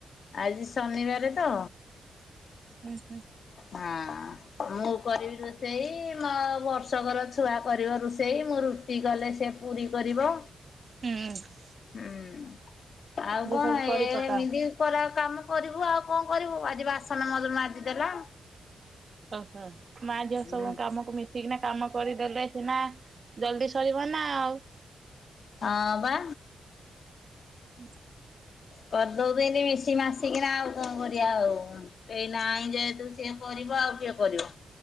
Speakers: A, on the left (about 50°); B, on the right (about 35°).
A: ଆଜି ଶନିବାର ତ।
B: ହୁ ହୁଁ।
A: ହଁ। ମୁଁ କରିବି ରୋଷେଇ ମୋ ବର୍ଷକର ଛୁଆ କରିବ ରୋଷେଇ ମୁଁ ର ଟି କଲେ ସେ ପୁରୀ କରିବ।
B: ହୁଁ।
A: ହୁଁ ଆଉ କଣ
B: ସବୁ କରି
A: ଏ
B: ପକାଅ।
A: ଏମିତି। କ କାମ କରିବୁ ଆଉ କଣ କରିବୁ ଆଜି ବାସନ ମ ମାଜି ଦେଲା।
B: ଓହୋ ମା ଝିଅ
A: ହଁ
B: ସବୁ କାମକୁ ମିଶ ଠିକ ନା କାମ କରିଦେଲେ ସିନା ଜଲଦି ସରିବ ନା ଆଉ।
A: ହଁ ବା।
B: ବା
A: କରିଦଉଛନ୍ତି ଏତି ମିଶି ମାସିକିନା ଆଉ କଣ କରିବା ଆଉ ଏ ନାହିଁ ଯେହେତୁ। ସିଏ କରିବ ଆଉ କିଏ କରିବ?